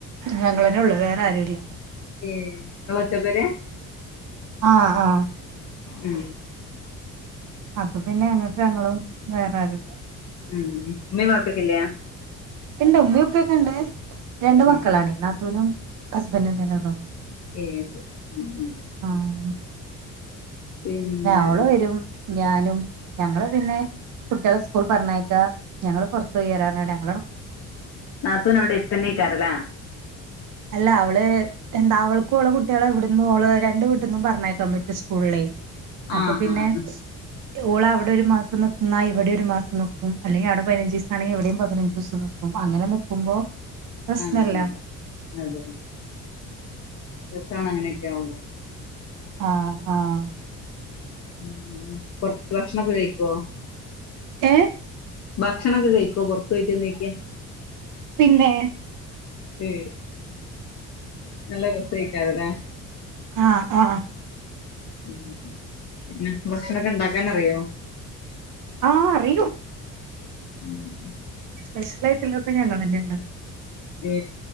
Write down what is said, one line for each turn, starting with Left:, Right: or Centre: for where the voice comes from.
Right: ഞങ്ങളെ ന്നെ ള്ളൂ വേറെ ആരൂല്ല
Left: ഏ ങ്ങള് ഒറ്റ പെര
Right: ആഹ് ആഹ്
Left: ഉം
Right: അപ്പൊ പിന്നെ ഞങ്ങക്ക് ഞങ്ങളും വേറെ ആരുല്ലാ
Left: ഉം ഇമ്മീം വാപ്പി ഒക്കല്ലേ
Right: ഇണ്ട് ഉമ്മിം ഉപ്പയൊക്കെ ഉണ്ട് രണ്ട്
Left: ഉം
Right: മക്കളാണ് നാത്തൂനും ഹസ്ബൻഡും തന്നെയൊള്ളു
Left: ഏ ശെ ഉം ഉം
Right: ആഹ്
Left: പിന്നെ
Right: അവള്
Left: വേറെന്താ?
Right: വരും ഞാനും ഞങ്ങള് പിന്നെ കുട്ടികളെ സ്കൂൾ പറഞ്ഞേക്കാ ഞങ്ങള് പുറത്ത് പോയി വരാറ്ഞ്ഞാണ്ട് ഞങ്ങളാണ്ട്
Left: നാത്തൂന് അവിടെ എട്ത്തന്നെ ക്കാരെലെ
Right: അല്ല അവള് എന്താ അവൾക്കും ഓളെ കുട്ടിയോളെവിട്ന്നും ഓള് രണ്ട് വീട്ട്ന്നും പറഞ്ഞേക്കാൻ പറ്റും സ്കൂളിലേ അപ്പൊ
Left: ആഹ്
Right: പിന്നെ
Left: ആഹ്
Right: ഓൾ അവിടെ ഒരു മാസം നിന്നാ ഇവിടെ ഒരു മാസം നിക്കും അല്ലെങ്കി അവിടെ പതിനഞ്ച് ദിവസാണെങ്കിൽ ഇവിടെയും പതിനഞ്ച് ദിവസം നി ക്കും അങ്ങനെ നിക്കുമ്പോ പ്രശ്നല്ല
Left: ആ ആ അതെ രസാണ് അങ്ങനെയൊക്കെ ആവുമ്പോ
Right: ആഹ് ആഹ്
Left: ഉം <unintelligible> ഭക്ഷണൊക്കെ കഴിക്കുവോ
Right: ഏ
Left: ഭക്ഷണൊക്കെ കഴിക്കോ പുറത്ത് പോയിട്ട് നോയിക്കാ
Right: പിന്നെ
Left: ഏ നല്ല രസായിക്കാരലേ
Right: ആഹ് ആഹ്
Left: ഉം ഉം പിന്നെ ഭക്ഷണൊക്കെ ഉണ്ടാക്കാൻ അറിയോ
Right: ആഹ് അറിയും
Left: ഉം ഉ
Right: സ്പെഷ്യലായിട്ടുള്ളൊക്കെ ഞങ്ങളന്നെണ്ടാക്കാ
Left: ഏ